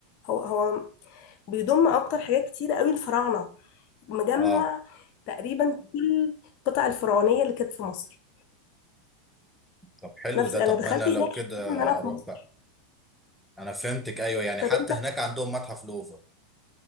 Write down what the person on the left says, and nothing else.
هو هو بيضم اكتر حاجات كتيره قوي الفراعنه مجمع
تقريبا كل القطع الفرعونيه اللي كانت في مصر
نفس
انا
دخلت
هناك
حسيت ان انا
في مصر
طب
انت